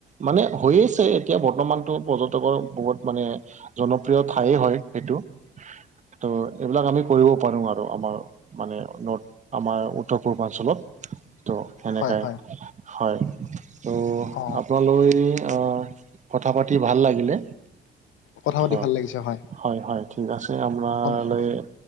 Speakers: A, on the right; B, on the left.
A: মানে হৈছে এতিয়া বৰ্তমানতো পৰ্যটকৰ বহুত মানে জনপ্ৰিয় ঠাই হয়, এইটো, ত' এইবিলাক আমি কৰিব পাৰো আৰু আমাৰ মানে নৰ্থ আমাৰ উত্তৰ পূৰ্বাঞ্চলত ত' সেনেকাই
B: হয় হয়
A: হয় ত'
B: অ
A: আপোনালৈ আ, কথা পাতি ভাল লাগিলে।
B: কথাপাতি
A: হয়
B: ভাল লাগিছে হয়।
A: হয় - হয়, ঠিক আছে, আপোনালৈ
B: ধন-